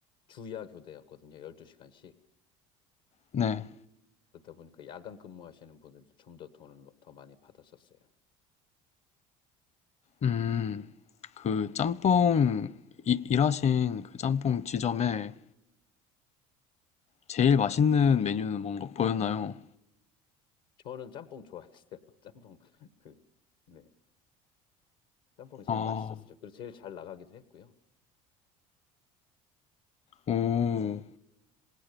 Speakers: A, on the left (about 75°); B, on the left (about 40°).
A: 주야 교대였거든요. 12시간씩.
B: 네.
A: 그러다 보니까 야간 근무하시는 분들이 좀 더 돈을 더 많이 받았었어요.
B: 음, 그 짬뽕, 이- 일하신 그 짬뽕 지점에 제일 맛있는 메뉴는 뭔가 보였나요?
A: 저는 짬뽕 좋아했어요. <laughs> 짬뽕 그 네. 짬뽕이 제일
B: 아..
A: 맛있었죠. 그리고 제일 잘 나가기도 했고요.
B: 오,